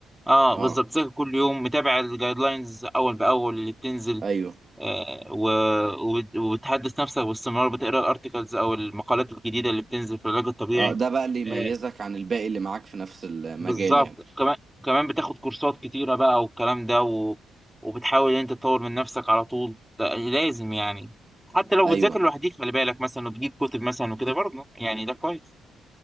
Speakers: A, in the centre; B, on the right.
A: اه
B: اه
A: بالظبط ذاكر كل يوم متابع الجايد لاينز اول باول اللي بتنزل
B: ايوه
A: آه و... وبت- وبتحدث نفسك باستمرار بتقرا الارتكلز او المقالات الجديده اللي بتنزل في العلاج الطبيعي
B: اه ده بقى اللي يميزك
A: آه
B: عن الباقي اللي معاك في نفس المجال
A: بالظبط
B: يعني
A: كمان كمان بتاخد كورسات كتيره بقى والكلام ده و... وبتحاول ان انت تطور من نفسك على طول ده لازم يعني حتى لو
B: ايوه
A: بتذاكر لوحدك خلي بالك مثلا وتجيب كتب مثلا وكده برضه يعني ده كويس